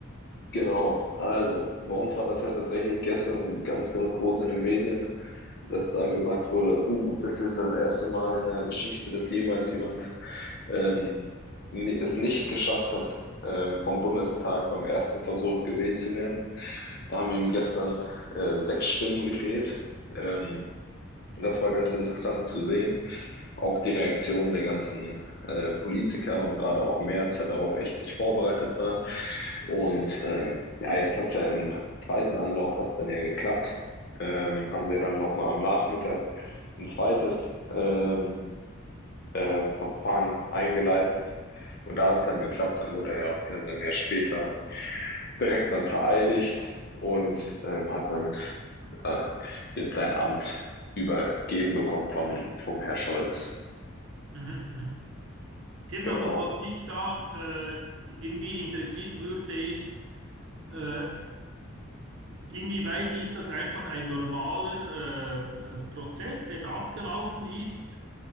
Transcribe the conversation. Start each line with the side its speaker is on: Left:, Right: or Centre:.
Left: genau. Also, bei uns war das ja tatsächlich gestern ganz, ganz groß in den Medien, dass da gesagt wurde, uh, das ist das erste Mal in der Geschichte, dass jemals jemand ähm, ni- es nicht geschafft hat, ähm, vom Bundestag beim ersten Versuch gewählt zu werden. Da haben ihm gestern äh, sechs Stimmen gefehlt. Ähm, Und Das war ganz interessant zu sehen. Auch die Reaktion der ganzen äh, Politiker und gerade auch Merz, der darauf echt nicht vorbereitet war. Und ähm, ja, jetzt hat es ja im zweiten Anlauf hat's dann ja geklappt. Ähm, haben sie dann nochmal am Nachmittag ein zweites ähm, äh, Verfahren eingeleitet. Und da hat es dann geklappt. Dann wurde er ja auch ja dann ja später direkt dann vereidigt und ähm, hat dann äh, jetzt sein Amt übergeben bekommen vom, vom Herr Scholz.
Right: Mhm, mhm. Eben
Left: Genau,
Right: also, was mich da äh, irgendwie interessieren würde, ist, äh, inwieweit ist das einfach ein normaler äh, äh, Prozess, der da abgelaufen ist?